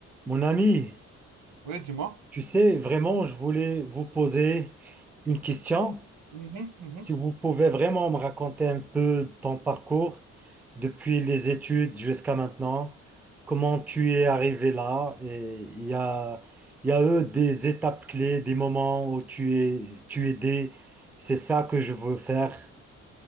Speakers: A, in the centre; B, on the right.
A: Mon ami,
B: Oui, dis-moi.
A: tu sais, vraiment, je voulais vous poser une question.
B: Mhm, mhm.
A: Si vous pouvez vraiment me raconter un peu ton parcours depuis les études jusqu'à maintenant, comment tu es arrivé là, et il y a, il y a eu des étapes clés, des moments où tu es, tu es aidé. C'est ça que je veux faire.